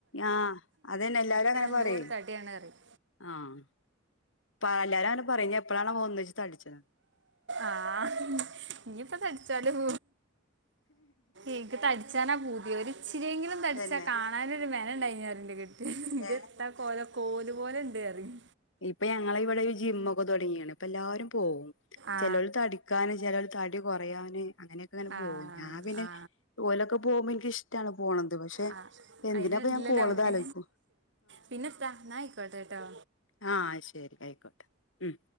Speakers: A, on the left; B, on the right.
A: ആ അതന്നെ എല്ലാരും അങ്ങനെ
B: എന്തോര്
A: പറയ്
B: തടിയാണ് പറയും
A: ആഹ് പ എല്ലാരും അങ്ങനെ പറയും ഞ്ഞ് എപ്പഴാണാവോ ഒന്നിച്ച് തടിച്ചണെ
B: ആഹ് ഇനിപ്പ തടിച്ചാലും എൻക്ക് തടിച്ചാനാ പൂതി ഒര് ഇച്ചിരിയെങ്കിലും തടിച്ചാ
A: തന്നെ
B: കാണാനൊരു മെനെ യെണ്ടന്ന് പറയ്ണ്ട് കെട്ടിയോൻ ഇത്
A: ഏഹ്
B: എന്താ കോലം കോല് പോലെ ഇണ്ട് പറയും
A: ഇപ്പൊ ഞങ്ങള ഇവിടെ ജിമ്മക്കെ തുടങ്ങിക്കിണ് അപ്പ എല്ലാരും പോവും
B: ആ
A: ചെലവര് തടിക്കാന് ചെലവര് തടി കുറയാന് അങ്ങനെയൊക്കെ അങ്ങനെ
B: ആ
A: പോവും ഞാൻ പിന്നെ
B: ആ
A: ഓലൊക്കെ പോകുമ്പോ എനിക്കിഷ്ടാണ് പോണത് പക്ഷെ
B: ആ
A: എന്തിനാ
B: അതിനില്ലല്ലോ
A: അപ്പൊ ഞാൻ പോണത്
B: നമുക്ക്
A: ആലോയ്ക്കും
B: പിന്നെ ത്താ എന്നാ ആയിക്കോട്ടെട്ടോ
A: ആഹ് ശരി ആയിക്കോട്ടെ ഉം